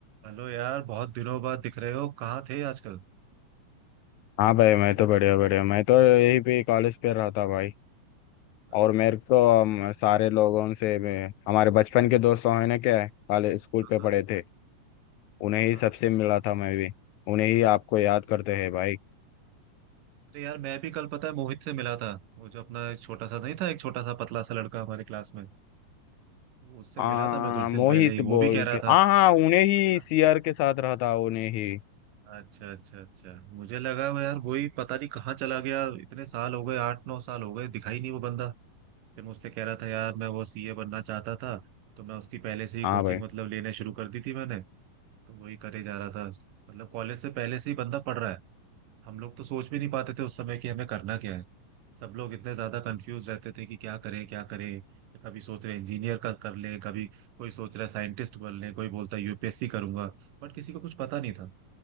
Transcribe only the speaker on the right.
हेलो यार बहुत दिनों बाद दिख रहे हो कहाँ थे आजकल
अच्छा
हाँ
हाँ
अरे यार मैं भी कल पता है मोहित से मिला था वो जो अपना एक छोटा सा नहीं था एक छोटा सा पतला सा लड़का हमारे क्लास में उससे
मिला था मैं कुछ दिन
पहले ही वो
भी कह रहा
था
अच्छा
अच्छा अच्छा अच्छा मुझे लगा वो यार वही पता नहीं कहाँ चला गया इतने साल हो गए आठ नौ साल हो गए दिखाई नहीं वो बंदा फिर मुझसे कह रहा था यार मैं वो सीए बनना चाहता था तो मैं उसकी पहले से ही
कोचिंग
मतलब लेना शुरू कर दी थी मैंने तो वही करे जा रहा था मतलब कॉलेज से पहले से ही बंदा पढ़ रहा है हम लोग तो सोच भी नहीं पाते थे उस समय कि हमें करना क्या है सब लोग इतने ज्यादा कंफ्यूज रहते थे कि क्या करें क्या करें कभी सोच रहे इंजीनियर का कर ले कभी कोई सोच रहा है साइंटिस्ट बन ले कोई बोलता है यूपीएससी करूंगा बट किसी को कुछ पता नहीं था